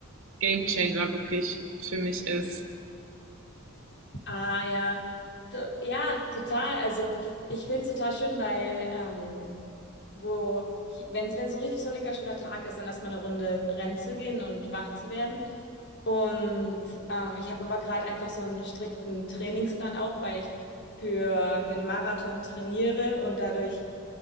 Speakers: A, on the right; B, on the left.
A: Gamechanger wirklich für mich ist,
B: Ah ja, to- ja, total. Also ich finde es total schön, weil ähm, wo, wenn wenn es so ein richtig sonniger, schöner Tag ist, dann erstmal eine Runde rennen zu gehen und wach zu werden. Und ähm, ich habe aber gerade einfach so einen strikten Trainingsplan auch, weil ich für einen Marathon trainiere und dadurch,